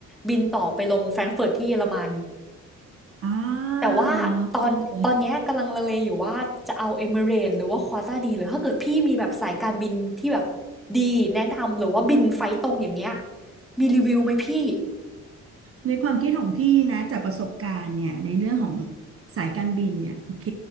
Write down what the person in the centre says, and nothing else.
บินต่อไปลงแฟรงก์เฟิร์ตที่เยอรมัน
แต่ว่าตอนตอนเนี้ยกำลังลังเลอยู่ว่าจะเอาเ
m มิเร e s หรือว่า q a t a าดีหรือถ้าเกิดพี่มีแบบสายการบินที่แบบดีแนะนำหรือว่าบินไฟล์ตรงอย่างเงี้ยมีรีวิวไหมพี่